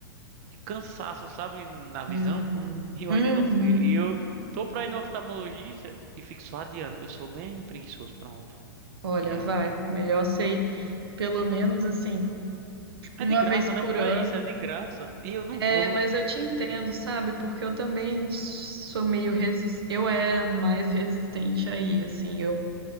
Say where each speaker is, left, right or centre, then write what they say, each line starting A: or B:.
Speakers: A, on the right (about 40°); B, on the right (about 85°).
A: de cansaço, sabe, na visão.
B: Uhum,
A: E eu
B: uhum.
A: ainda não fui. E eu tô pra ir no oftalmologista e fico só adiando. Eu sou bem preguiçoso, pronto.
B: Olha,
A: É,
B: vai.
A: eu acho que é.
B: Melhor sei, pelo menos assim, uma
A: É de graça,
B: vez por
A: né? O pior
B: ano.
A: é isso, é de graça. E eu não vou.
B: É, mas eu te entendo, sabe? Porque eu também sou meio resistente. Eu era mais resistente aí, assim. Eu,